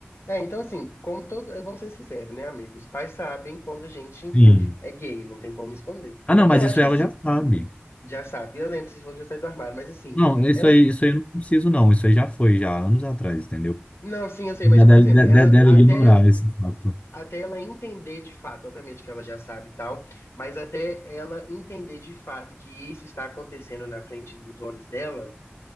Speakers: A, on the left; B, on the left.
A: É, então assim, como todo, eh, vamos ser sinceros, né, amigo? Os pais sabem quando a gente
B: Sim.
A: é gay, não tem como esconder.
B: Ah, não,
A: E
B: mas
A: eu
B: isso
A: acho
B: ela
A: que assim,
B: já sabe.
A: já sabe, eu lembro se falou que já saiu do armário, mas assim,
B: Não, isso
A: ela,
B: aí, isso aí eu não preciso, não. Isso aí já foi, já, anos atrás, entendeu?
A: não, sim, eu sei,
B: Já
A: mas por
B: dela,
A: exemplo,
B: de-
A: ela
B: de- dela
A: até
B: ignorar
A: ela,
B: esse fato.
A: até ela entender de fato, obviamente que ela já sabe e tal, mas até ela entender de fato que isso está acontecendo na frente dos olhos dela,